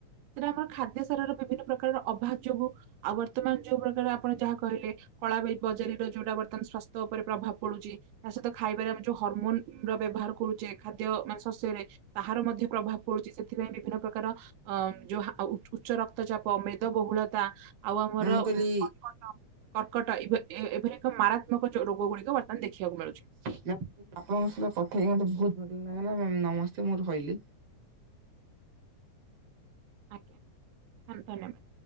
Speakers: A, on the right (about 80°); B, on the right (about 60°).
A: ସେଇଟା ଆମର ଖାଦ୍ୟ ସାରର ବିଭିନ୍ନ ପ୍ରକାରର ଅଭାବ ଯୋଗୁ ଆଉ ବର୍ତମାନ ଯୋଉ ପ୍ରକାର ଆପଣ ଯାହା କହିଲେ କଳା ବଜାରୀର ଯୋଉଟା ବର୍ତ୍ତମାନ ସ୍ୱାସ୍ଥ୍ୟ ଉପରେ ପ୍ରଭାବ ପଡୁଛି। ତା ସହିତ ଖାଇବାରେ ଆମେ ଯୋଉ ହରମୋନ ର ବ୍ୟବହାର କରୁଛେ ଖାଦ୍ୟ ମାନେ ଶସ୍ୟରେ ତାହାର ମଧ୍ୟ ପ୍ରଭାବ ପଡୁଛି ସେଥିପାଇଁ ବିଭିନ୍ନ ପ୍ରକାର ଅ ଯୋଉ ଉ-ଉଚ୍ଚ ରକ୍ତଚାପ ମେଦବହୁଳତା ଆଉ ଆମର
B: ମ୍ୟାମ୍ ମୁଁ କହିଲି
A: ଉଁ କର୍କଟ <unintelligible> କର୍କଟ ଏ ଏଭଳି ଏକ ମାରାତ୍ମକ ଚ ରୋଗ ଗୁଡିକ ବର୍ତ୍ତମାନ ଦେଖିବାକୁ ମିଳୁଛି।
B: ମ୍ୟାମ ଆପଣଙ୍କ ସହିତ କଥା ହେଇକି ମତେ ବହୁତ ଭଲ ଲାଗିଲା ମ୍ୟାମ ନମସ୍ତେ ମୁଁ ରହିଲି।
A: ଆଜ୍ଞା ଧନ୍ୟବାଦ ମ୍ୟାମ।